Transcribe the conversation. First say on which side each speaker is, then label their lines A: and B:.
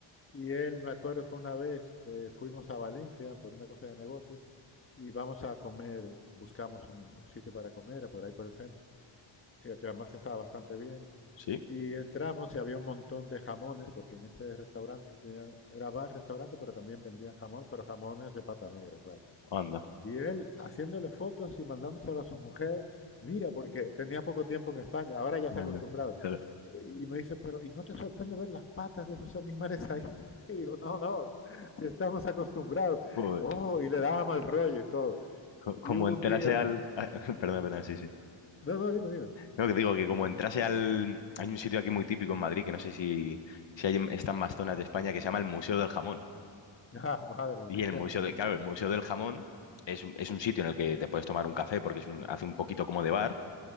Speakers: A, on the left; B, on the left.
A: Y él, me acuerdo que una vez eh, fuimos a Valencia por una cosa de negocios y vamos a comer, buscamos un, un sitio para comer, por ahí por el centro, eh, que además estaba bastante bien.
B: sí.
A: Y entramos y había un montón de jamones, porque en ese restaurante tenían- era bar, restaurante, pero también vendían jamón, pero jamones de pata negra, claro.
B: Anda,
A: Y él haciéndole fotos y mandándoselo a su mujer, mira, porque tenía poco tiempo en España, ahora ya se
B: anda.
A: ha acostumbrado.
B: Claro.
A: Eh, Y me dice, pero ¿y no te sorprende ver las patas de esos animales ahí? <laughs> Y digo, no, no, si estamos acostumbrados.
B: Joder.
A: Oh, y le daba mal rollo y todo.
B: Co-
A: Y
B: Como
A: hubo
B: entrase
A: un día,
B: al... <laughs> Perdón, perdón, sí, sí.
A: no, no, dime, dime. <laughs>
B: No, que digo que como entrase al... Hay un sitio aquí muy típico en Madrid, que no sé si, si hay en- están más zonas de España, que se llama el Museo del Jamón.
A: Ah, madre
B: Y
A: mía,
B: el Museo de Claro, el Museo del Jamón es, un- es un sitio en el que te puedes tomar un café porque es un- hace un poquito como de bar.